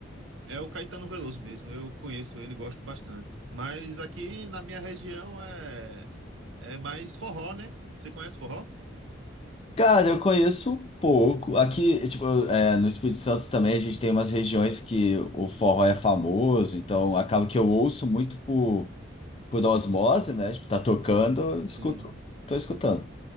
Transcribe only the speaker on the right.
É o Caetano Veloso mesmo. Eu conheço ele, gosto bastante. Mas aqui na minha região é é mais forró, né? Você conhece forró?
Sim,
sim.
Sim.